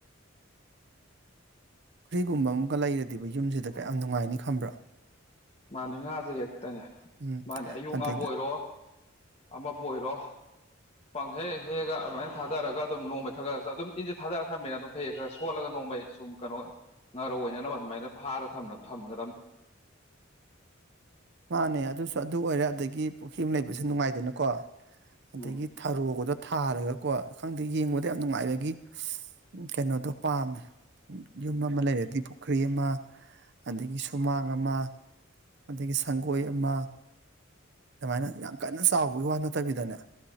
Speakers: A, on the right; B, on the left.
A: ꯐ꯭ꯔꯤꯒꯨꯝꯕ ꯑꯃꯨꯛ ꯂꯩꯔꯗꯤ ꯌꯨꯝꯁꯤꯗ ꯀꯌꯥꯝ ꯅꯨꯡꯉꯥꯏꯅꯤ ꯈꯝꯕ꯭ꯔꯥ
B: ꯃꯥꯅꯦ ꯉꯥꯁꯦ ꯍꯦꯛꯇꯅꯦ
A: ꯎꯝ
B: ꯃꯥꯅꯦ ꯑꯌꯨꯛ
A: ꯑꯗꯒꯤ
B: ꯉꯥꯕꯨ ꯑꯣꯏꯔꯣ ꯑꯃꯕꯨ ꯑꯣꯏꯔꯣ ꯄꯪꯈꯦ ꯍꯦꯛꯑꯒ ꯑꯗꯨꯃꯥꯏꯅ ꯊꯥꯗꯔꯒ ꯑꯗꯨꯝ ꯅꯣꯡꯃꯩ ꯈꯔ ꯈꯔ ꯑꯗꯨꯝ ꯏꯟꯁꯦ ꯊꯥꯗꯔ ꯊꯝꯃꯤꯅ ꯑꯗꯨꯝ ꯈꯩ ꯍꯦꯛ ꯈꯔ ꯁꯣꯠꯂꯒ ꯅꯣꯡꯃꯩ ꯁꯨꯝ ꯀꯩꯅꯣ ꯉꯥꯔꯧ ꯑꯣꯏꯅꯅꯕ ꯑꯗꯨꯃꯥꯏꯅ ꯐꯥꯔ ꯊꯝ ꯊꯝꯒꯗ
A: ꯃꯥꯅꯦ ꯑꯗꯨꯁꯨ ꯑꯗꯨ ꯑꯣꯏꯔꯦ ꯑꯗꯒꯤ ꯄꯨꯈ꯭ꯔꯤ ꯑꯃ ꯂꯩꯕꯁꯨ ꯅꯨꯡꯉꯥꯏꯗꯅꯀꯣ ꯑꯗꯒꯤ
B: ꯎꯝ
A: ꯊꯔꯣꯒꯗꯣ ꯊꯥꯔꯒꯀꯣ ꯈꯪꯗꯦ ꯌꯦꯡꯕꯗ ꯌꯥꯝ ꯅꯨꯡꯉꯥꯏꯕꯒꯤ ꯀꯩꯅꯣꯗꯣ ꯄꯥꯝꯃꯦ ꯌꯨꯝ ꯑꯃ ꯂꯩꯔꯗꯤ ꯄꯨꯈ꯭ꯔꯤ ꯑꯃ ꯑꯗꯒꯤ ꯁꯨꯃꯥꯡ ꯑꯃ ꯑꯗꯒꯤꯗꯒꯤ ꯁꯪꯒꯣꯏ ꯑꯃ ꯑꯗꯨꯃꯥꯏꯅ ꯌꯥꯝ ꯀꯟꯅ ꯆꯥꯎꯕꯒꯤ ꯋꯥ ꯅꯠꯇꯕꯤꯗꯅꯦ